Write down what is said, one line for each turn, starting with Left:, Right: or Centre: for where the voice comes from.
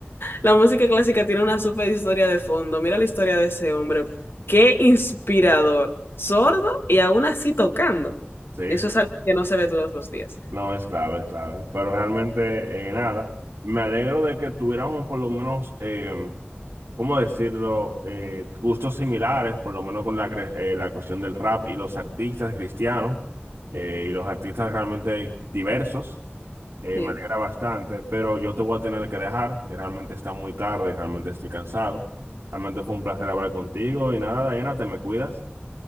Left: la música clásica tiene una super historia de fondo. Mira la historia de ese hombre. Qué inspirador. Sordo y aún así tocando.
Right: Sí,
Left: Eso
Right: sí.
Left: es algo que no se ve todos los días.
Right: No, es clave, es clave. Pero realmente, eh, nada. Me alegro de que tuviéramos por lo menos, eh, ¿cómo decirlo? Eh, gustos similares, por lo menos con la, cre- eh, la cuestión del rap y los artistas cristianos eh, y los artistas realmente diversos. Eh,
Left: Sí.
Right: me alegra bastante, pero yo te voy a tener que dejar. Ya realmente está muy tarde y realmente estoy cansado. Realmente fue un placer hablar contigo y nada, Diana, te me cuidas.